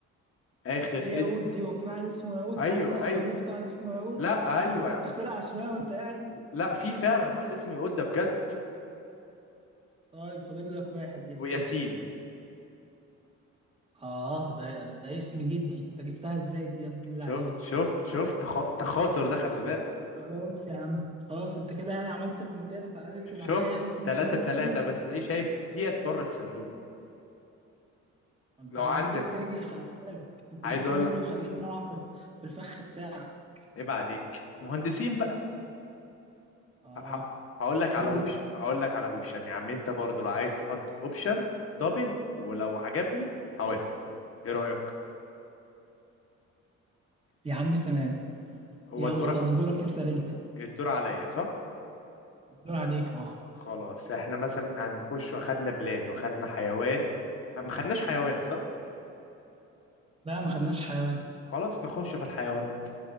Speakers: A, on the left; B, on the right.
A: اخر
B: ايه
A: اسم
B: ياقوت دي وفي واحد اسمه ياقوت
A: ايوه
B: عمرك سمعت-
A: ايوه
B: شفت واحد اسمه ياقوت
A: لا ايوه
B: انت
A: يا
B: بتخترع
A: عم
B: اسماء وانت قاعد
A: لا في فعلا واحد اسمه يقود ده بجد
B: طيب فاضل لك واحد يا
A: وياسين
B: سيدي اه ده ده اسم جدي انت جبتها ازاي دي يا ابن اللعيبه
A: شفت شفت شفت تخا- تخاطر ده خلي بالك
B: خلاص يا عم خلاص انت كده يعني عملت ريمونتادا تعادلت معايا
A: شفت
B: يعني 3
A: تلاتة
B: 3
A: تلاتة
B: كده
A: بس ايه شايف ديت بره الصندوق
B: انت
A: لو
B: انت
A: عندك
B: جبت رجلي خلي بالك انت
A: عايز
B: جبت
A: اقول
B: رجلي
A: لك
B: وخليتني اقع في ال- في الفخ بتاعك
A: عيب عليك مهندسين بقى
B: اه
A: ه- ه- هقول لك
B: قول
A: على اوبشن هقول لك على اوبشن يا عم انت برضه لو عايز تحط اوبشن دبل ولو عجبني هوافق ايه رأيك
B: يا عم تمام
A: هو
B: يلا
A: الدور
B: طب دورك اسال انت
A: الدور عليا صح
B: دور عليك اه
A: خلاص احنا مثلا هنخش واخدنا بلاد واخدنا حيوان آه، ما خدناش حيوان صح
B: لا ما خدناش حيوان
A: خلاص نخش في الحيوانات